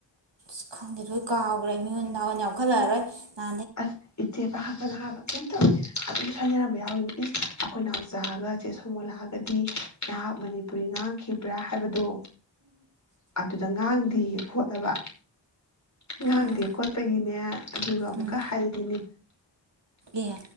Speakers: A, on the right; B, on the left.
A: ꯑ ꯈꯪꯗꯦ ꯂꯣꯏ ꯀꯥꯎꯈ꯭ꯔꯦ ꯃꯤꯉꯣꯟ ꯗꯥꯛꯣꯟ ꯌꯥꯝꯈꯠꯂꯛꯑꯔꯣꯏ ꯅ
B: ꯑꯁ ꯏꯆꯦ ꯄꯈꯛꯀꯅ ꯍꯥꯏꯕ ꯀꯩꯝ ꯇꯧꯋꯦ ꯑꯗꯨꯝ ꯁꯣꯏꯅꯔꯝꯕ ꯌꯥꯎꯋꯤꯅꯦ ꯏꯁ ꯑꯩꯈꯣꯏ ꯅꯥꯎꯆꯥꯒꯁꯦ ꯁꯣ ꯃꯣ ꯂꯥꯛꯑꯒꯗꯤ ꯉ ꯅꯍꯥꯛ ꯃꯅꯤꯄꯨꯔꯤ ꯉꯥꯡꯈꯤꯕ꯭ꯔꯥ ꯍꯥꯏꯕꯗꯣ ꯑꯗꯨꯗ ꯉꯥꯡꯗꯤ ꯍꯣꯠꯅꯕ ꯉꯥꯡꯗꯦ
A: ꯎꯝ
B: ꯈꯣꯠꯄꯒꯤꯅꯦ ꯑꯗꯨꯒ
A: ꯎꯝ
B: ꯅꯤ
A: ꯑꯦ